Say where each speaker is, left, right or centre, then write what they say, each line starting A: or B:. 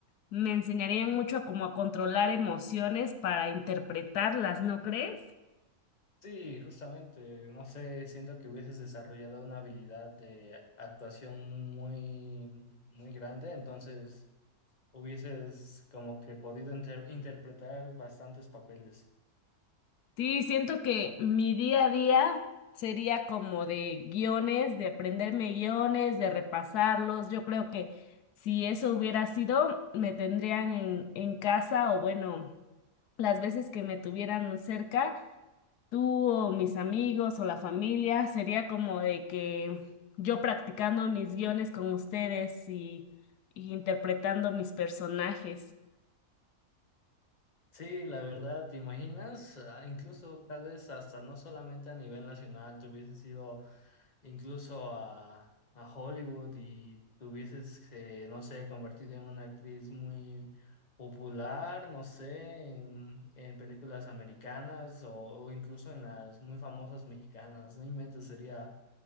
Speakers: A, on the left (about 85°); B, on the left (about 30°).
A: me enseñarían mucho a cómo a controlar emociones para interpretarlas, ¿no crees?
B: Sí, justamente, no sé, siento que hubieses desarrollado una habilidad de actuación muy, muy grande, entonces hubieses como que podido inter- interpretar bastantes papeles.
A: Sí, siento que mi día a día sería como de guiones, de aprenderme guiones, de repasarlos. Yo creo que si eso hubiera sido, me tendrían en, en casa o bueno, las veces que me tuvieran cerca, tú o mis amigos o la familia, sería como de que yo practicando mis guiones con ustedes y, y interpretando mis personajes.
B: Sí, la verdad, ¿te imaginas? Ah, incluso tal vez hasta no solamente a nivel nacional, te hubieses ido incluso a, a Hollywood y te hubieses, eh, no sé, convertido en una actriz muy popular, no sé, en, en películas americanas o, o incluso en las muy famosas mexicanas. No inventes, sería,